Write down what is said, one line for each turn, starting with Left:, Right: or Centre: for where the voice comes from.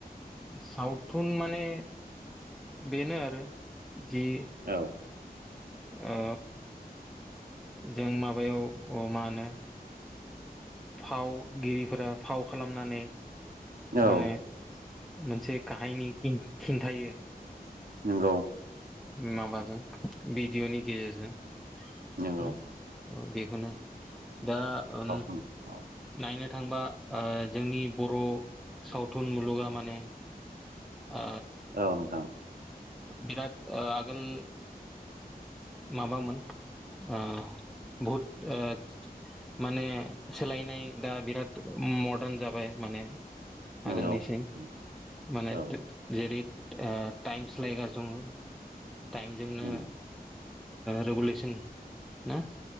Centre: सावथुन माने बेनो आरो जि
Right: औ
Centre: ओ जों माबायाव मा होनो फावगिरिफोरा फाव खालामनानै माने
Right: औ
Centre: मोनसे काहायनि खिन्थायो
Right: नंगौ
Centre: माबाजों भिडिअ'नि गेजेरजों
Right: नंगौ
Centre: बेखौनो दा ओ
Right: सावथुन औ
Centre: नायनो थांबा जोंनि बर' सावथुन मुलुगा माने आ
Right: औ नोंथां
Centre: बिराद आगोल माबामोन आ बहुत ओ माने सोलायनाय दा बिराद मदार्न जाबाय माने
Right: नंगौ
Centre: आगोलनिसिम
Right: नंगौ
Centre: माने
Right: औ
Centre: जेरै टाइम सस्लायगासिनो दङ टाइमजों नो
Right: उम
Centre: रेगुलेसन ना